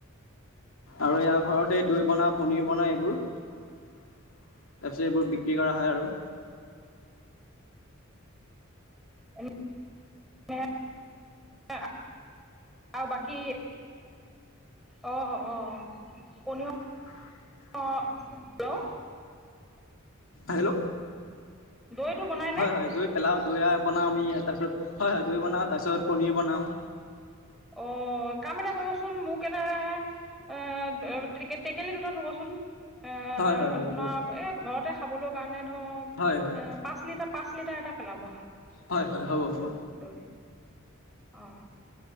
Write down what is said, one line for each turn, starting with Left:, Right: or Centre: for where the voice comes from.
Left: আৰু ইয়াৰ ঘৰতে দৈ বনাও পনিৰ বনাও এইবোৰ। তাৰপিছত এইবোৰ বিক্ৰী কৰা হয় আৰু।
Centre: ম <unintelligible> আৰু বাকী অ-অ-অ-অ পনি
Left: <inaudible>
Centre: অ' হেল্ল',
Left: হেল্ল'
Centre: দৈটো বনাইনে?
Left: হয়-হয় দৈ পেলাও দৈ বনাও আমি তাৰ পিছত, হয়-হয় দৈ বনাও তাৰ পিছত পনিৰ বনাও।
Centre: অ', অ' কাম এটা কৰিবচোন মোক এনে এ-এ টেকেলি দুটাত থ'বচোন। এ
Left: হয় হয় হ'ব
Centre: আপোনাৰ
Left: হ'ব
Centre: এ ঘৰতে খাবলৈ কাৰণে ধৰক
Left: হয় হয়
Centre: এ পাঁচ লিটাৰ। পাঁচ লিটাৰ এটা পেলাব।
Left: হয়-হয়, হ'ব-হ'ব।
Centre: দৈ অ'